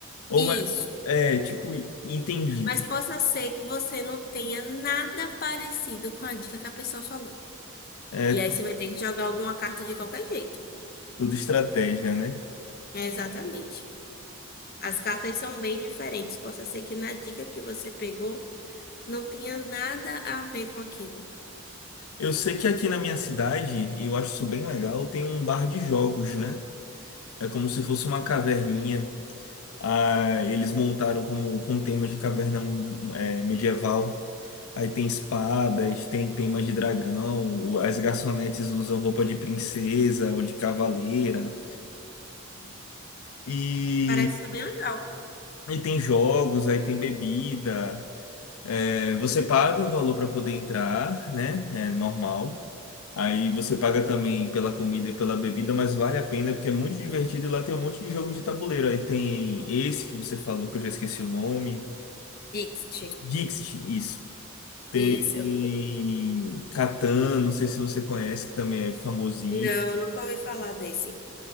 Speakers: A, on the left; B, on the left.
A: Ou,
B: Isso.
A: me- é, tipo, entendi.
B: Mas possa ser que você não tenha nada parecido com a dica que a pessoa falou.
A: É
B: E aí você vai ter que jogar alguma carta de qualquer jeito.
A: tudo estratégia, né?
B: É, exatamente. As cartas são bem diferentes. Possa ser que na dica que você pegou não tenha nada a ver com aquilo.
A: Eu sei que aqui na minha cidade, e eu acho isso bem legal, tem um bar de jogos, né? É como se fosse uma caverninha. Ah, eles montaram como com tema de caverna hum, hum, é, medieval. Aí tem espadas, tem temas de dragão, o- as garçonetes usam roupa de princesa ou de cavaleira. E,
B: Parece ser bem legal.
A: e tem jogos, aí tem bebida. É, você paga um valor para poder entrar, né? É normal. Aí você paga também pela comida e pela bebida, mas vale a pena porque é muito divertido e lá tem um monte de jogo de tabuleiro. Aí tem esse que você falou, que eu já esqueci o nome.
B: Dixit.
A: Dixit, isso. Tem
B: Isso.
A: Catan, não sei se você conhece, que também é famosinho.
B: Não, nunca ouvi falar desse.